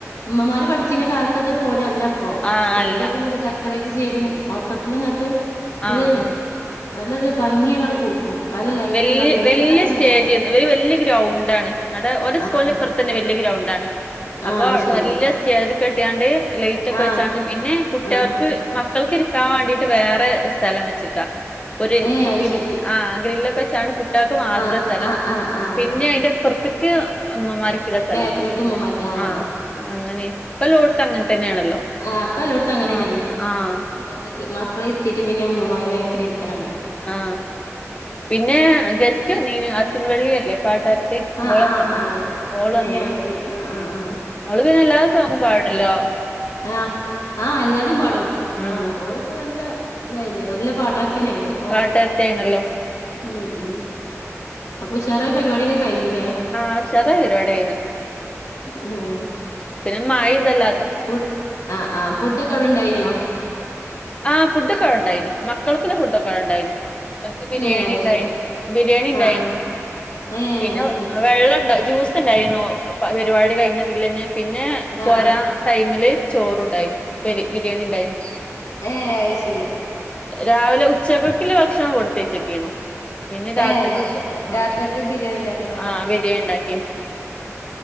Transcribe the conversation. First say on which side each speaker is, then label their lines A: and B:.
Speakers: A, on the left (about 75°); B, on the left (about 20°).
A: അമ്മമാര് പഠിച്ചിന്റെ കാലത്തത്തെ പോലെയല്ല ഇപ്പോ
B: ആഹ്
A: സ്റ്റേജൊക്കെ
B: അല്ല
A: ആണെങ്കി ഡെക്കറേറ്റ് ചെയ്ത് മൊത്തത്തിലങ്ങട്ട് <unintelligible>
B: ആഹ് ആഹ്
A: ഭംഗിയങ്ങട്ട് കൂട്ടും പല ലൈറ്റുകൾ
B: വല്ല്യ
A: ലൈറ്റുകളെന്നെ
B: വല്ല്യ സ്റ്റേജ്
A: ഉണ്ടാവും
B: ഒരു വല്യ ഗ്രൗണ്ടാണ് ഓൾടെ
A: ആഹ്
B: സ്കൂളിന്റെ
A: ആഹ്
B: ഇപ്പുറത്ത് തന്നെ വലിയ ഗ്രൗണ്ടാണ് അപ്പോ
A: ആഹ് അത് ശരി
B: വല്യ സ്റ്റേജൊ എട്ടാണ്ട് ലൈറ്റ് ഒക്കെ
A: ആഹ്
B: വെച്ചാണ്ട് പിന്നെ കുട്ടികൾക്ക്
A: ആഹ്
B: മക്കൾക്ക് ഇരിക്കാൻ വേണ്ടിട്ട് വേറെ സ്ഥലം വെച്ചക്കുവാ ഒരു <unintelligible>
A: ഏഹ് അത് ശരി
B: ഗ്രില്ലൊക്കെ വെച്ചാണ് കു ട്ടികൾക്ക് മാത്രമേ
A: ആഹ്
B: സ്ഥലം
A: ആഹ് ആഹ് ആഹ്
B: പിന്നെ അതിന്റെ ഇപ്രത്ത് ക്കെയോ അമ്മമാർക്കുള്ള സ്ഥലങ്ങള്
A: ബാക്കിലോട്ട്
B: അങ്ങനെ
A: ഉമ്മമാർക്ക് ആഹ്
B: ആ അങ്ങനെ അപ്പ ലോടുത്ത് അങ്ങനെ തന്നെയാണല്ലോ
A: ആഹ് ഇപ്പ എല്ലോട്ത്തും അങ്ങനെന്നെയാണ്
B: ആ ആഹ്
A: മക്കൾക്ക് മക്കളെ ഇരുത്തിയിട്ട് പിന്നെ ഉമ്മ്മാര് ബാക്കലിരിക്കലാണ്-
B: ആ പിന്നെ ജസ്റ്റ് ഒന്ന് അച്ഛൻ വെളിയിൽ അല്ലേ? പാട്ടത്തി
A: ആഹ്
B: ഓള്എപ്പോ
A: ആഹ്
B: വന്നു
A: ആഹ് അത് ശരി
B: ഓള്
A: ഏഹ്
B: വന്നേനി
A: അത് ആഹ് ആഹ് ആഹ്
B: ഓള് - പിന്നെല്ലാതെ സോങ് പാട്ല്ലോ?
A: ആഹ് ആഹ എല്ലാതും പാടും ആ
B: ഉം
A: ഓളിപ്പോ നല്ല ഇതായില്ല നല്ല പാട്ടക്കാനായല്ലോ?
B: പാട്ടത്തെ ആയിണല്ലോ?
A: ഉം ഉം അപ്പൊ ഉഷാറായ പരിപാടിയൊക്കെ കഴിഞ്ഞു-
B: ആഹ് ചെരേറു പരിപാടി രുന്ന്
A: ഏഹ്
B: പിന്നെ മഴ ഇതല്ല
A: ഫുഡ് ആ ആ് ഫുഡോക്കെ അവിടെണ്ടായിനോ
B: ആ് ഫുഡ്ക്കെ അവിട ഉണ്ടായിനി മക്കൾക്കുള്ള ഫുഡൊക്കെ വിടെ ഉണ്ടായിനി അനക് ബിരിയാണി
A: ഏഹ് അത്
B: ഇണ്ടായിന്
A: ശരി
B: ബിരിയാണി ഇണ്ടായിരുന്നു
A: ആഹ് ഏഹ്
B: പിന്നെ
A: അത് ശരി
B: വേ ജ്യൂ സ് ണ്ടായിരര്ന്നു പരുപാട് കഴിഞ്ഞ അതിൽ തന്നെ പിന്നെ
A: ആഹ്
B: പോരാ
A: ആഹ്
B: ടൈമില് ചോറുണ്ടായിന് ബിരിയാണി ഉണ്ടായിന്
A: അായ ശരി
B: രാവിലെ ഉച്ചക്കക്കില് ഭക്ഷണം കൊടുത്തേച്ചക്കെരുന്നു പിന്നെ രാത്രികൾക്ക്
A: ഏഹ്
B: ആ
A: രാത്രിക്ക് ബിരിയാണി ഉണ്ടാക്കിണ്ടാവുല്ലേ
B: ആ ബിരിയാണിണ്ടാക്കി